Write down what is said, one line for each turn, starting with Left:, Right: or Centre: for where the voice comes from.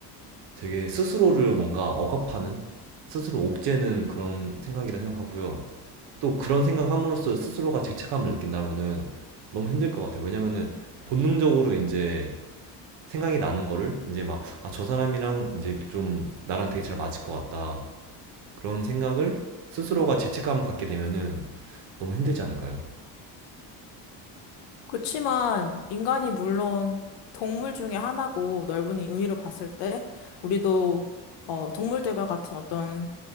Right: 되게 스스로를 뭔가 억압하는 스스로 옥죄는 그런 생각이라 생각하고요. 또 그런 생각함으로써 스스로가 죄책감을 느낀다면은 너무 힘들 것 같아요. 왜냐면은 본능적으로 이제 생각이 나는 거를 이제 막, 아, 저 사람이랑 이제 좀 나랑 되게 잘 맞을 것 같다. 그런 생각을 스스로가 죄책감을 갖게 되면은 너무 힘들지 않을까요?
Left: 그렇지만 인간이 물론 동물 중에 하나고 넓은 의미로 봤을 때 우리도 어, 동물들과 같은 어떤